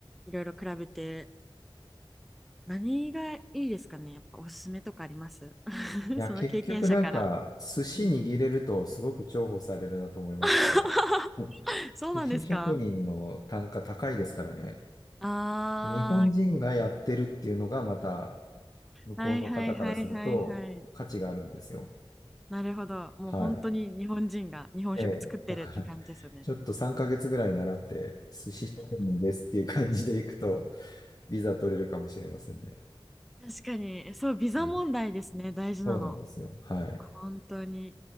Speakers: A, in the centre; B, on the left (about 40°).
A: いろいろ比べて、何がいいですかねやっぱおすすめとかあります <laughs>
B: いや、
A: その経験者から。
B: 結局なんか、寿司握れるとすごく重宝されるなと思いますと。
A: うん。<laughs>
B: うん
A: そうなんですか
B: 寿司職人の単価高いですからね。
A: あー、
B: 日本人がやってるっていうのがまた、向こうの方からすると価値があるんですよ。
A: はいはいはいはいはい。なるほど。もう本当に日本人が日本食作ってるって感じですよね。
B: はい。ええ。だから、ちょっと3ヶ月ぐらい習って、寿司職人ですっていう感じでいくと、ビザ取れるかもしれませんね。
A: 確かに、そう、ビザ問題ですね、
B: はい。
A: 大事なの。
B: そうなんですよ。はい。
A: 本当に。